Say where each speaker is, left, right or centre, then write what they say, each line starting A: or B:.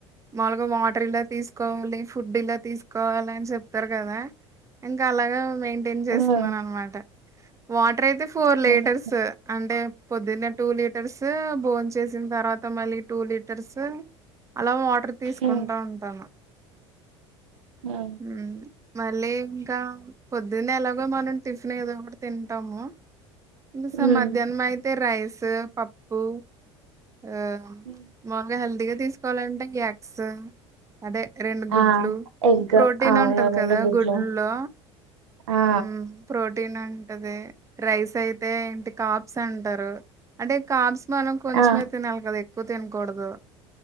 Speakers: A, on the right; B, on the right.
A: మాముల్గా వాటర్ ఇలా తీసుకోవాలి ఫుడ్ ఇలా తీసుకోవాలి అని చెప్తారు కదా ఇంకా అలాగ మెయింటైన్ చేస్తున్నాను
B: ఆ
A: అనమాట వాటర్ అయితే ఫోర్ లీటర్స్
B: ఆహా.
A: అంటే పొద్దున్నే టూ లీటర్స్ బోన్ చేసిన తర్వాత మళ్ళీ టూ లీటర్స్ అలా వాటర్ తీసుకుంటా
B: ఉమ్
A: ఉంటాము.
B: ఆ
A: ఉమ్ మళ్ళీ ఇంకా పొద్దున్నే ఎలాగో మనం టిఫిన్ ఏదో ఒకటి తింటాము ఇది స
B: ఉమ్.
A: మధ్యాహ్నం అయితే రైస్ పప్పు ఆ
B: ఉమ్.
A: మామూలుగా హెల్తీగా తీసుకోవాలంటే ఎగ్స్. అదే రెండు గుడ్లు
B: ఆ ఎగ్
A: ప్రోటీన్
B: అవును
A: ఉంటది
B: రెండు
A: కదా
B: గుడ్లు
A: గుడ్లులో
B: ఆ
A: ఉమ్. ప్రోటీన్ ఉంటది రైస్ అయితే ఏంటి కాబ్స్ అంటారు అంటే కాబ్స్ మనం కొంచమే
B: ఆ
A: తినాలి కదా ఎక్కువ తినకూడదు